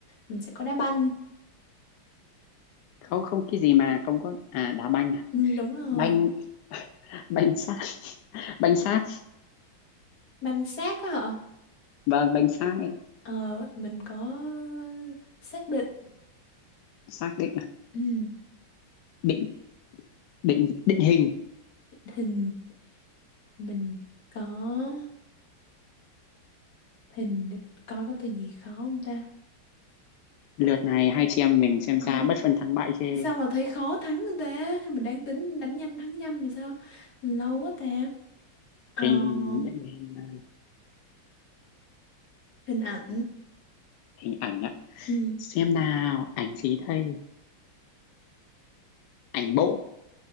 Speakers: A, on the left; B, on the left.
A: mình sẽ có đá banh
B: không không cái gì mà không có à đá banh à
A: ừ, đúng rồi
B: banh banh xác <laughs> banh xác
A: Banh xác á hả?
B: vâng banh xác ấy
A: Ờ, mình có xác định
B: xác định à
A: ừ,
B: định định định hình
A: hình mình có hình để mình coi có từ gì khó không ta?
B: lượt này hai chị em mình xem
A: Ờ,
B: ra bất phân thắng bại chê
A: sao mà thấy khó thắng người ta? Mình đang tính đánh nhanh thắng nhanh mà sao? Lâu quá ta. Ờ,
B: hình định hình à,
A: hình ảnh.
B: hình ảnh ạ
A: Ừ.
B: xem nào ảnh gì đây ảnh bộ